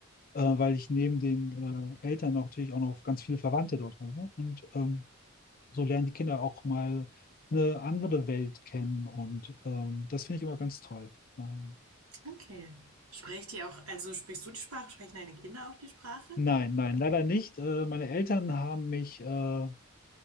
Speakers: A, on the left; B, on the right.
A: äh, weil ich neben den äh, Eltern natürlich auch noch ganz viele Verwandte dort habe. Und ähm, so lernen die Kinder auch mal eine andere Welt kennen und ähm, das finde ich immer ganz toll. Ähm,
B: Okay. Sprecht ihr auch, also sprichst du die Sprache, sprechen deine Kinder auch die Sprache?
A: nein, nein, leider nicht. Äh, meine Eltern haben mich äh,